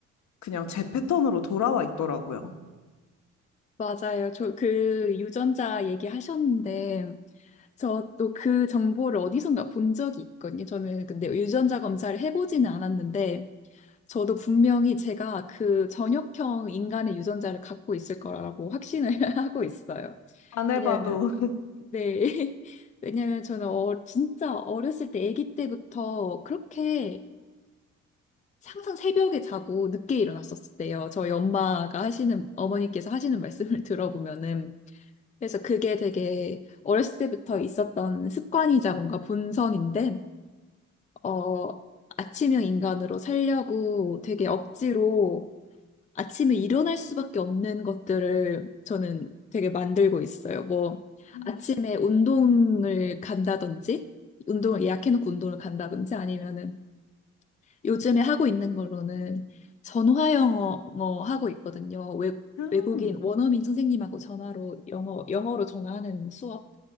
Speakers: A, on the left; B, on the left.
A: 그냥 제 패턴으로 돌아와 있더라고요.
B: 맞아요. 저 그 유전자 얘기하셨는데 저 또 그 정보를 어디선가 본 적이 있거든요. 저는 근데 유전자 검사를 해보지는 않았는데 저도 분명히 제가 그 전역형 인간의 유전자를 갖고 있을 거라고 확신을 <laughs> 하고 있어요.
A: 안 해봐도.
B: 왜냐하면, 네. <laughs> 왜냐하면 저는 어, 진짜 어렸을 때, 아기 때부터 그렇게 항상 새벽에 자고 늦게 일어났었대요. 저희 엄마가 하시는, 어머니께서 하시는 말씀을 <laughs> 들어보면은. 그래서 그게 되게 어렸을 때부터 있었던 습관이자 뭔가 본성인데, 어, 아침형 인간으로 살려고 되게 억지로 아침에 일어날 수밖에 없는 것들을 저는 되게 만들고 있어요. 뭐,
A: <laughs>
B: 아침에 운동을 간다든지, 운동을 예약해놓고 운동을 간다든지, 아니면은 요즘에 하고 있는 걸로는 전화 영어 어, 하고 있거든요. 외,
A: 음.
B: 외국인 원어민 선생님하고 전화로 영어, 영어로 전화하는 수업.